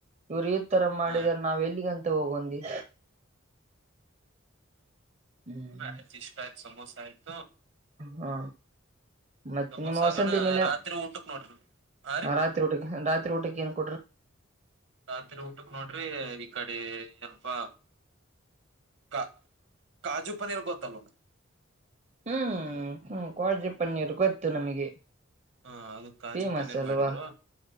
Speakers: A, on the right; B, on the right.
A: ಇವ್ರು ಈ ತರ ಮಾಡಿದಾರ
B: ಹಾ.
A: ನಾವ್ ಎಲ್ಲಿಗಂತೂ ಹೋಗೊಂದಿ ಹ್ಮ್
B: ಆಯ್ತು ಇಷ್ಟ ಆಯ್ತು ಸಮೋಸ ಆಯ್ತು
A: ಹಾ ಮತ್ತಿನ
B: ಸಮೋಸಾಗಣ
A: ಮೋಸಂ ತಿನ್ನಿಲ್ಲ
B: ರಾತ್ರಿ ಊಟಕ್ ನೋಡ್ರಿ. ಹಾ ರೀ
A: ರಾತ್ರಿ ಊಟ್ಟಕೆ ರಾತ್ರಿ ಊಟಕೆ <inaudible>
B: ರಾತ್ರಿ ಊಟಕ್ ನೋಡ್ರಿ ಈ ಕಡೆ ಏನಪ್ಪಾ ಕ ಕಾಜು ಪನೀರ್ ಗೊತ್ತಲ್ ಒಂದು
A: ಹ್ಮ್ ಹ್ಮ್ ಕೋಳ್ರಿ ಪನ್ನೀರು ಗೊತ್ತು ನಮಗೆ
B: ಹಾ ಅದು ಕಾಜು
A: ಫೇಮಸ್
B: ಪನ್ನೀರ್
A: ಅಲ್ವಾ
B: ಮಾಡಿದ್ರು